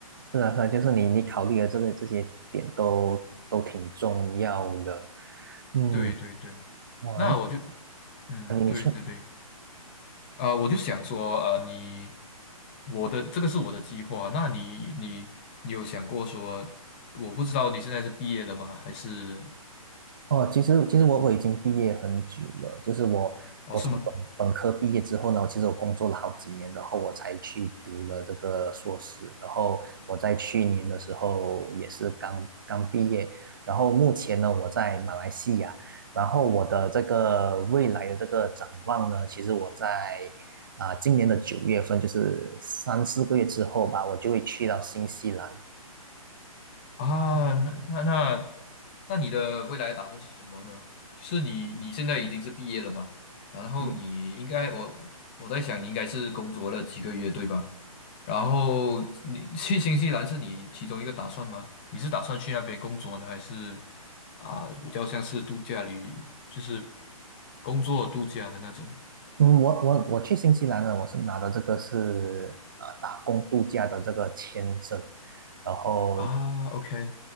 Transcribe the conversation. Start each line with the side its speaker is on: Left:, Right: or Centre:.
Right: 是啊，是啊，就是你你考虑的这个这些点都都挺重要的。嗯，
Left: 对对对，
Right: 哇，
Left: 那我就嗯对对对。
Right: 那你你说。
Left: 啊，我就想说，呃，你，我的这个是我的计划。那你，你，你有想过说，我不知道你现在是毕业了吗？还是，
Right: 哦，其实其实我我已经毕业很久了，就是我我从本本科毕业之后呢，
Left: 哦，是吗？
Right: 其实我工作了好几年，然后我才去读了这个硕士，然后我在去年的时候也是刚刚毕业，然后目前呢我在马来西亚，然后我的这个未来的这个展望呢，其实我在啊、今年的九月份，就是三四个月之后吧，我就会去到新西兰。
Left: 啊，那那那，那你的未来打算是什么呢？就是你你现在已经是毕业了嘛？然后你应该，
Right: 嗯。
Left: 我我在想，你应该是工作了几个月，对吧？然后你去新西兰是你其中一个打算吗？你是打算去那边工作呢，还是啊、比较像是度假旅，就是工作度假的那种
Right: 嗯，我我我去新西兰呢，我是拿的这个是啊、打工度假的这个签证，然后
Left: 啊？OK，